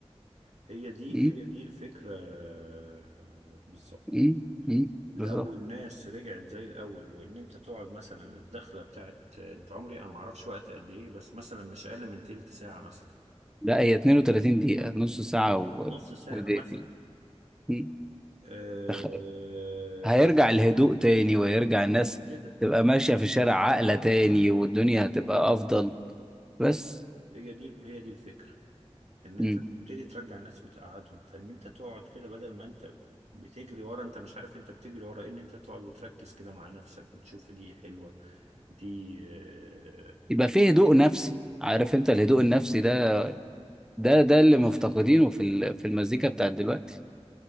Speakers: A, on the right; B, in the centre.
A: هي دي
B: مم.
A: هي دي الفكرة آه، بالظبط
B: مم. مم. بالظبط
A: لو الناس رجعت زي الاول وان انت تقعد مثلا الدخلة بتاعت انت عمري انا معرفش وقت قد ايه بس مثلا مش اقل من تلت ساعة مثلا
B: لا هي 32 دقيقه نص ساعه
A: اه
B: و...
A: نص ساعة
B: ودقيقتين
A: مثلا
B: مم.
A: آه،
B: تخ- هيرجع الهدوء تاني وهيرجع الناس
A: بالظبط كده
B: تبقى ماشية في الشارع عاقلة تاني والدنيا هتبقى أفضل بس
A: هي دي هي دي الفكرة ان
B: مم.
A: انت بتبتدي ترجع الناس وتقعدهم فان انت تقعد كده بدل ما انت بتجري ورا انت مش عارف انت بتجري ورا إيه، ان انت تقعد وتركز كده مع نفسك وتشوف دي حلوة دي آه،
B: يبقى فيه هدوء نفسي عارف انت الهدوء النفسي ده ده ده اللي مفتقدينه في ال- في المزيكا بتاعت دلوقتي